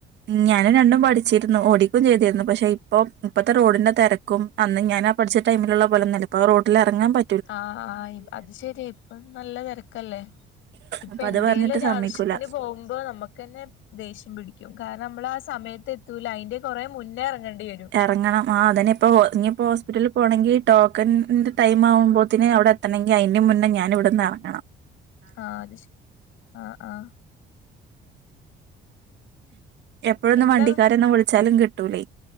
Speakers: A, on the right (about 65°); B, on the left (about 85°).
A: ഞാനും രണ്ടും പഠിച്ചിരുന്നു ഓടിക്കും ചെയ്തിരുന്നു പക്ഷെ ഇപ്പ ഇപ്പത്തെ റോഡിന്റെ തിരക്കും അന്ന് ഞാൻ പഠിച്ച ടൈമിലുള്ള പോലന്നല്ലപ്പൊ റോഡില ഇറങ്ങാൻ പ
B: ആഹ് ആഹ് അത് ശെരിയാ ഇപ്പൊ നല്ല തിരക്കല്ലേ ഇപ്പ
A: അപ്പൊ
B: എന്തേലും
A: അത് പറഞ്ഞിട്ട്
B: ഒരു
A: സമ്മതിക്കൂല
B: ആവശ്യത്തിന് പോകുമ്പോ നമുക്ക്ന്നെ ദേഷ്യം പിടിക്കും കാരണം നമ്മൾ ആ സമയത്ത് എത്തൂല അതിന്റെ കൊറെ മുന്നേ ഇറങ്ങേണ്ടി വരും
A: ഇറങ്ങണം ആഹ് അതന്നെ ഇപ്പോ ഇനിപ്പോ ഹോസ്പിറ്റലിൽ പോണെങ്കിൽ ടോക്കണൻന്റെ ടൈം ആവുമ്പോത്തേന് അവിടെ ത്തണമെങ്കി അയ്ന്റെ മുന്നെ ഞാന് ഇവിടന്ന് ഏർങ്ങണം
B: ആഹ് അത് ഷ് ആഹ് ആഹ്
A: എപ്പോഴൊന്ന്
B: എന്താ
A: വണ്ടിക്കാരന്ന വിളിച്ചാലും കിട്ടൂലേ